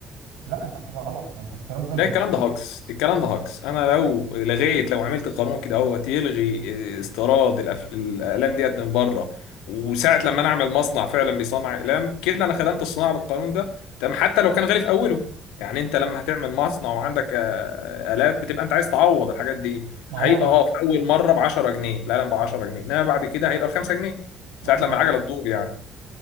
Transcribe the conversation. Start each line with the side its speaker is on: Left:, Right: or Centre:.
Right: لا انت حسبها غلط ما انت استيراده ده
Left: ده
Right: بي...
Left: الكلام ده هاكس الكلام ده هاكس انا لو لغيت لو عملت قانون كده اهوت يلغي آه، استيراد الأف- الاقلام ديت من بره وساعه لما انا اعمل مصنع فعلا بيصنع اقلام كده انا خدمت الصناعه بالقانون ده تمام حتى لو كان غالي في اوله يعني انت لما هتعمل مصنع وعندك آه، آه، الات بتبقى انت عايز تعوض الحاجات دي
Right: ما هو
Left: هيبقى
Right: ما...
Left: اه في اول مره ب 10 جنيه القلم ب 10 جنيه انما بعد كده هيبقى ب 5 جنيه
Right: ما...
Left: ساعه لما العجله تدور يعني